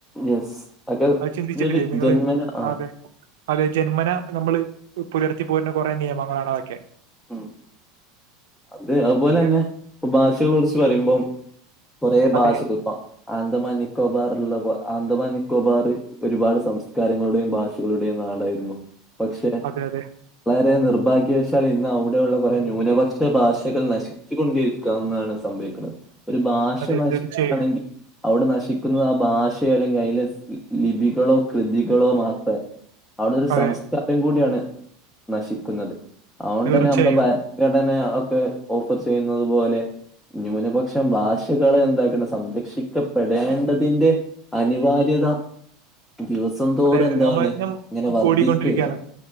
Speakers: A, in the centre; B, on the right.
A: യെസ് അക്കെ
B: അത് ചിന്തിച്ചിട്ടില്ലേ
A: ഒരു
B: നിങ്ങള്
A: ജന്മന ആ
B: ആതെ അതെ ജന്മന നമ്മള് പുലർത്തി പോരേണ്ട കുറെ നിയമങ്ങളാണ് അതൊക്കെ
A: മ് അത് അതുപോലെ
B: പക്ഷെ
A: തന്നെ ഇപ്പ ഭാഷകൾ കുറിച്ച് പറയുമ്പോം കൊറെ ഭാഷകൾ
B: അതെ
A: ഇപ്പ അന്ദമാൻ നിക്കോബാർലുള്ള അന്ദമാൻ നിക്കോബാറ് ഒരുപാട് സംസ്കാരങ്ങളുടെയും ഭാഷകളുടെയും നാടായിരുന്നു പക്ഷെ
B: അതെ അതെ
A: വളരെ നിർഭാഗ്യവശാൽ ഇന്ന് അവിടെയുള്ള കൊറെ ന്യൂനപക്ഷ ക്ഷെ ഭാഷകൾ നശിച്ചു കൊണ്ടിരിക്കന്നാണ് സംഭവിക്കുണത് ഒരു ഭാഷ
B: അതെ
A: നശിക്കയാണെങ്കിൽ
B: തീർച്ചയായും
A: അവിടെ നശിക്കുന്നത് ആ ഭാഷയോ അല്ലെങ്കില് അതിലെ ലിപികളോ കൃതികളോ മാത്രായി അവിടെ ഒരു
B: അതെ
A: സംസ്കാരം കൂടിയാണ് നശിക്കുന്നത് അതൊണ്ട്ന്നെ
B: തീർച്ചയായും
A: നമ്മട ഭരണഘടനെയ അ ഒക്കെ ഓഫർ ചെയ്യുന്നത് പോലെ ന്യൂനപക്ഷം ഭാഷകളെ എന്താക്കണ് സംരക്ഷിക്ക പെടേണ്ടതിന്റെ അനിവാര്യത ദിവസ വംന്തോറ
B: അതെ
A: എന്താണ്
B: നമ്മ ഞാൻ
A: ഇങ്ങനെ വർദ്ധിച്ചു
B: കൂടിക്കൊണ്ടിരിക്കുകയാണ്
A: വരികയാണ്